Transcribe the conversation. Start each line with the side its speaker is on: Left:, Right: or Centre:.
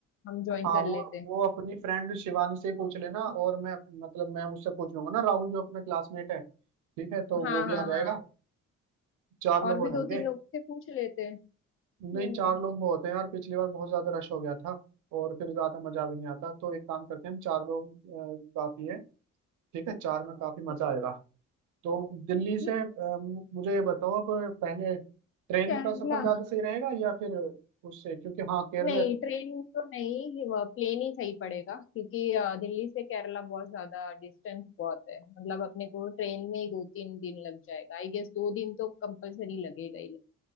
Left: हम ज्वाइन
Right: हाँ
Left: कर
Right: वो
Left: लेते हैं
Right: वो अपनी फ्रेंड शिवानी से ही पूछ लेना और मैं मतलब मैं उससे पूछ लूंगा ना राहुल जो अपना क्लासमेट है ठीक है तो
Left: हाँ
Right: वो भी
Left: हाँ
Right: आ जाएगा
Left: हाँ
Right: चार
Left: और
Right: लोग हो
Left: भी
Right: जाएंगे
Left: दो तीन लोगों से पूछ लेते हैं हम्म
Right: नहीं चार लोग बहुत हैं यार पिछली बार बहुत ज्यादा रश हो गया था और फिर ज्यादा मजा भी नहीं आता तो एक काम करते हैं हम चार लोग अ, काफी है ठीक है चार में काफी
Left: ठीक
Right: मजा आएगा
Left: है
Right: तो दिल्ली से
Left: ठीक
Right: अ,
Left: है
Right: मुझे ये बताओ अब पहले ट्रेन
Left: केरला
Right: का सफर ज्यादा सही रहेगा या फिर उससे क्योंकि हाँ केरल
Left: नहीं ट्रेन तो नहीं प्लेन ही सही पड़ेगा क्योंकि अ, दिल्ली से केरला बहुत ज्यादा डिस्टेंस बहुत है मतलब अपने को ट्रेन में ही दो तीन दिन लग जाएगा आई गेस दो दिन तो कंपलसरी लगेगा ही